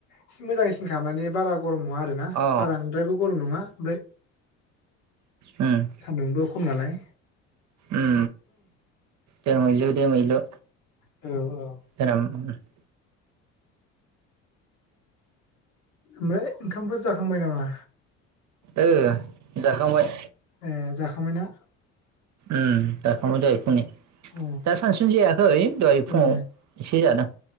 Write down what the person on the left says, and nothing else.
एसे मोजांसिनखा माने बारा गरम नङा आरोना बारा
बांद्रायबो गरम नङा ओमफ्राय
सान्दुंबो खम नालाय
औ औ
ओमफ्राय ओंखामफोर जाखांबाय नामा?
ओ जाखांबायना?
अ
ए